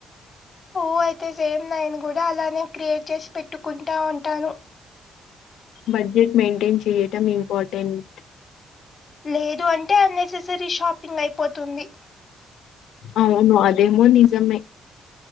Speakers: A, on the left; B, on the left.
A: ఊ అయితే సేమ్ నేను కూడా అలానే క్రియేట్ చేసి పెట్టుకుంటా ఉంటాను
B: బడ్జెట్ మెయింటైన్ చేయటం ఇంపార్టెంట్
A: లేదు అంటే అన్నెసెసరీ షాపింగ్ అయిపోతుంది
B: అవును అదేమో నిజమే